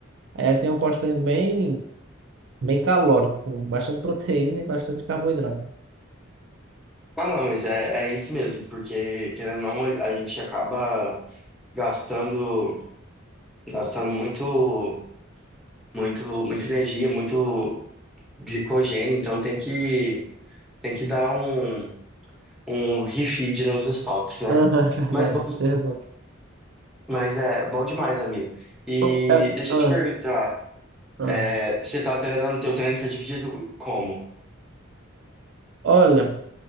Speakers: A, on the right (about 60°); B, in the centre.
A: Aí assim eu posto treino bem, bem calórico, com bastante proteína e bastante carboidrato.
B: Ah, não, mas é, é isso mesmo, porque querendo ou não, a gente acaba gastando, gastando muito, muito, muita energia, muito glicogênio, então tem que, tem que dar um, um refeed nos estoques, né?
A: Aham, <laughs> é verdade,
B: Mas bom,
A: você tem razão.
B: mas é bom demais, amigo. E
A: Bom, é-
B: deixa
A: ah,
B: eu te perguntar,
A: ah.
B: é, você tá treinando, teu treino tá dividido como?
A: Olha,